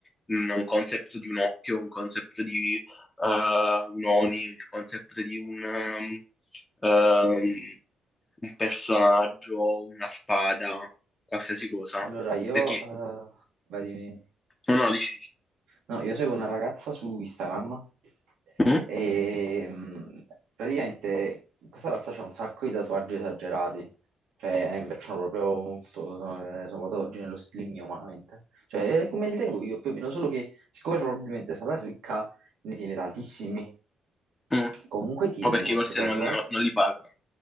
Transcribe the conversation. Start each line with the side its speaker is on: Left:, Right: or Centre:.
Left: un, un concept di un occhio, un concept di eh, un Oni, il concept di un... ehm, ehm, un personaggio, una spada, qualsiasi cosa.
Right: Allora
Left: no?
Right: io...
Left: Perché,
Right: eh, vai dimmi.
Left: no, no, dici, dici.
Right: No, io seguo una ragazza su Instagram
Left: Mm?
Right: e mh, praticamente questa ragazza c'ha un sacco di tatuaggi esagerati, cioè eh, mi piacciono proprio molto, sono, eh, sono tatuaggi nello stile mio, umanamente. Cioè, è come li tengo io più o meno, solo che siccome probabilmente sarà ricca, ne tiene tantissimi.
Left: Mm.
Right: Comunque tiene
Left: O perché
Right: questo
Left: forse
Right: tatuaggio,
Left: non, no, non li paga.